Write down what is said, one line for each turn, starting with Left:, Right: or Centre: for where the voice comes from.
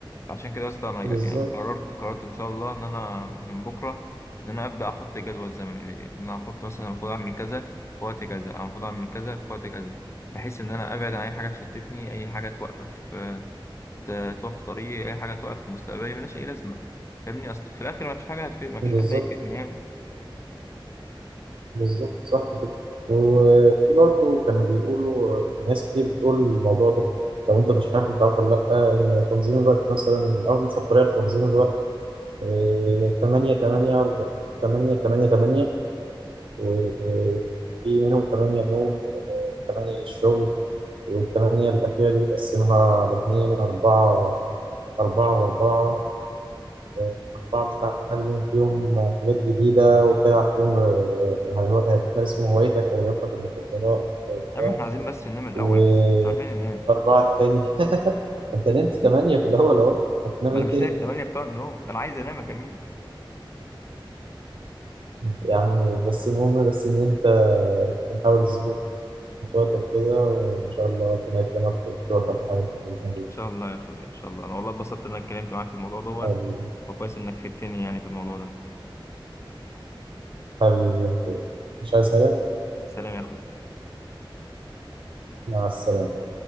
Left: عشان كده يا اسطى انا يعني
Right: بالظبط
Left: انا قررت قررت ان شاء الله ان انا من بكره ان انا ابدا احط جدول زمني ليا ان انا احط مثلا المفروض اعمل كذا في وقت كذا أنا المفروض اعمل كذا في وقت كذا بحيث ان انا ابعد عن اي حاجه تشتتني اي حاجه توقف آه، ت- توقف طريقي اي حاجه توقف مستقبلي ملهاش اي لازمه فاهمني اصل في الاخر ما فيش حاجه هتفيد ما فيش
Right: بالظبط
Left: حد هيفيدني يعني
Right: بالظبط صح كده وفي برضه كانوا بيقولوا ناس كتير بتقول الموضوع ده لو انت مش عارف انت عارف ولا لا ان تنظيم الوقت مثلا اول بطريقه لتنظيم الوقت آه، تمانية تمانية أربعة تمانية تمانية تمانية وفي منهم تمانية نوم وتمانية للشغل والتمانية الأخيرة دي بتقسمها لاتنين أربعة أربعة وأربعة آه، أربعة بتتعلم فيهم حاجات جديدة وبتلعب فيهم آه، هو- بتمارس فيهم هوايتك أو رياضتك المفضلة أو
Left: يا
Right: بتاع
Left: عم احنا عايزين بس ننام الاول
Right: و-
Left: بس مش عارفين ننام
Right: والأربعة التانية <laughs> أنت نمت
Left: <laughs>
Right: تمانية في الأول أهو هتنام
Left: ما
Right: إيه
Left: انا مش
Right: تاني؟
Left: لاقي التمانية بتوع النوم انا عايز انام يا جميل
Right: يا عم بس المهم بس إن أنت تحاول تظبط وقتك كده وإن شاء الله ربنا يكرمك وتوفق في حياتك بإذن الله
Left: شاء الله يا اخويا ان شاء الله انا والله اتبسطت انك اتكلمت معاك في الموضوع دوت
Right: حبيبي
Left: وكويس انك فدتني يعني في الموضوع ده
Right: حبيبي مش عايز حاجة
Left: سلام يا اخويا
Right: مع السلامة